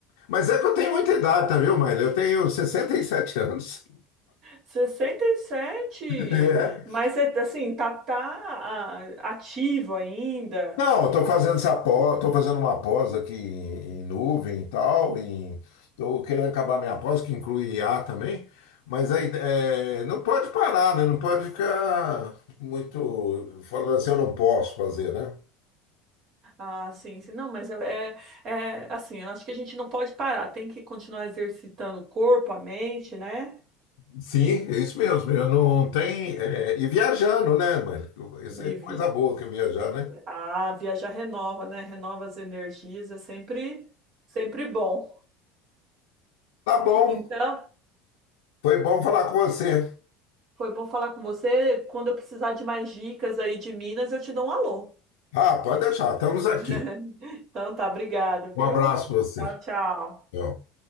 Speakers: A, on the left (about 75°); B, on the right (about 55°).
A: Mas é que eu tenho muita idade, tá, viu, Maíra? Eu tenho 67 anos.
B: sessenta e sete,
A: É.
B: mas é, assim, tá, tá ah, ativo ainda,
A: Não, estou fazendo essa pós, estou fazendo uma pós aqui em, em nuvem e tal, em, estou querendo acabar minha pós, que inclui I a também, mas aí é, não pode parar, né? Não pode ficar muito falando assim, eu não posso fazer, né?
B: Ah, sim, sim. Não, mas é, é é, assim, eu acho que a gente não pode parar, tem que continuar exercitando o corpo, a mente, né?
A: Sim, é isso mesmo. Eu não tem é, e viajando, né, mano? Isso é
B: E
A: coisa
B: vi...
A: boa que é viajar, né?
B: ah, viajar renova, né? Renova as energias, é sempre, sempre bom.
A: Tá bom,
B: Então,
A: foi bom falar com você.
B: foi bom falar com você. Quando eu precisar de mais dicas aí de Minas, eu te dou um alô.
A: Ah, pode deixar, estamos aqui.
B: <laughs> Então tá, obrigado,
A: Um
B: viu?
A: abraço para você.
B: Tchau, tchau.
A: Tchau.